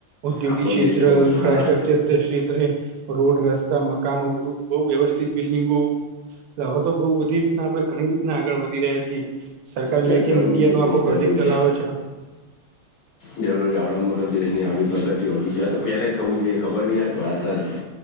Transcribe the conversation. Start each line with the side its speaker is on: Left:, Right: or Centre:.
Right: ઉદ્યોગિક
Left: આપણો
Right: ક્ષેત્ર
Left: દેશ તો
Right: ન્ફ્રાાસસ્ટ્રક્ચર
Left: હા
Right: ક્ષેત્રે રોડ રસ્તા મકાનો બધું બઉ વ્યવસ્થિત બિલ્ડિંગો હવા તો બઉ બધી રીતના આપણે ઘણી રીતના આગળ વધી રહ્યા છીએ. સરકાર
Left: બધા
Right: મેકઇન
Left: જરૂરી
Right: ઈન્ડિયાનો
Left: હે ભાઈ
Right: આખો
Left: જરૂરી
Right: પ્રોજેક્ટ ચલાવે
Left: હે
Right: છે.
Left: જરૂરી આવડો મોટો દેશની આવડી પ્રગતિઓ હોવી જોઈએ, તો પહેલા થવું જોઈએ ખબર નહીં આ ભાષા જ.